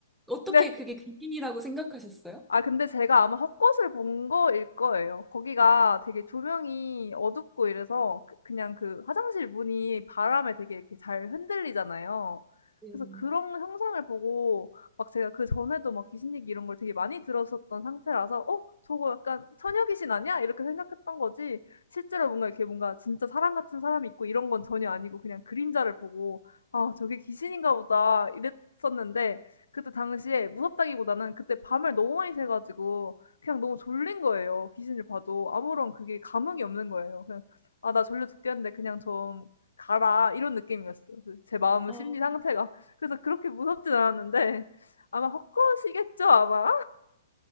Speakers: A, in the centre; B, on the left (about 75°).
A: 어떻게
B: 네.
A: 그게 귀신이라고 생각하셨어요?
B: 아 근데 제가 아마 헛것을 본 거일 거예요. 거기가 되게 조명이 어둡고 이래서 그 그냥 그 화장실 문이 바람에 되게 이렇게 잘 흔들리잖아요.
A: 네.
B: 그래서 그런 형상을 보고 막 제가 그전에도 막 귀신 얘기 이런 걸 되게 많이 들었었던 상태라서 '어 저거 약간 처녀 귀신 아니야?' 이렇게 생각했던 거지 실제로 뭔가 이렇게 뭔가 진짜 사람 같은 사람이 있고 이런 건 전혀 아니고 그냥 그림자를 보고 '아 저게 귀신인가 보다.' 이랬었는데 그때 당시에 무섭다기보다는 그때 밤을 너무 많이 새 가지고 그냥 너무 졸린 거예요. 귀신을 봐도 아무런 그게 감흥이 없는 거예요. 그냥 '아 나 졸려 죽겠는데 그냥 좀 가라.' 이런 느낌이었어요. 그제 마음
A: 어,
B: 심리 상태가. 그래서 그렇게 무섭진 않았는데 아마 헛것이겠죠 아마?